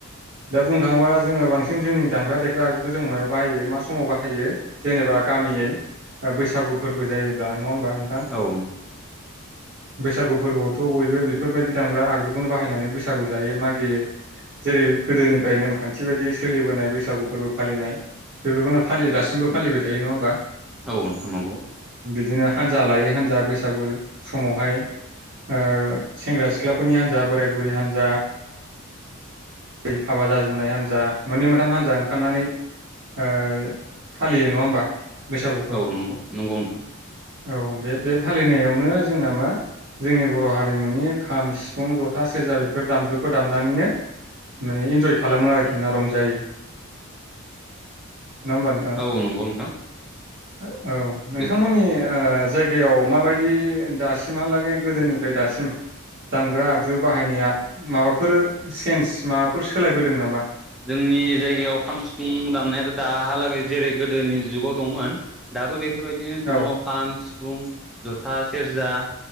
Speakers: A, on the right; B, in the centre.
A: दा बुंनो थाङोबा जोङो बांसिन जोंनि दामग्रा देग्रा आगजुखौ जों मायाव बाहायो मा समाव बाहायो जेनेबा गामियै ओ बैसागु फोरबो जायो ब्ला नङा होमबा? नोंथां
B: औ
A: बैसागु फोरबोआवथ' बयबो बेफोरबायदि दामग्रा आगजुखौनो बाहायनानै बैसागु जायो मागियो जेरै गोदोनिफ्राय नेमखान्थि बायदि सोलिबोनाय बैसागु फोरबो फालिनाय बेफोरखौनो फालियो दासिमबो फालिबाय थायो नङा होमबा?
B: औ <unintelligible> नंगौ।
A: दिनो हानजा लायो हानजा बैसागु समावहाय ओ सेंग्रा सिख्लाफोरनि हान्जा बोराय बुरि हान्जा <unintelligible> हाबा जाजेननाय हान्जा मोननै मोनथाम हानजा ओंखारनानै ओ फालियो नङा होमबा? बैसागुखौ
B: औ नंगौ नंगौ नोंथां।
A: औ बे बे फालिनायावनो जोंना मा जोंनि बर' हारिमुनि खाम, सिफुं, जथा, सेरजा बेफोर दामजुखौ दामनानैनो माने इन्जय खालामो आरोखि ना रंजायो। नङा होमबा नोंथां
B: औ नंगौ नोंथां।
A: <inaudible> औ नोंथांमोननि
B: दे
A: ओ जायगायाव माबायदि दासिमहालागै गोदोनि फाय दासिम दामग्रा आगजु बाहायनाया माबाफोर सेन्स माबाफोर सोलायबोदों नामा?
B: जोंनि जायगायाव खाम, सिफुं दामनायाथ' दाहालागै जेरै गोदोनि जुगाव दंमोन दाबो बेब फोरबायदिनो दङ
A: औ
B: खाम, सि फुं जथा सेरजा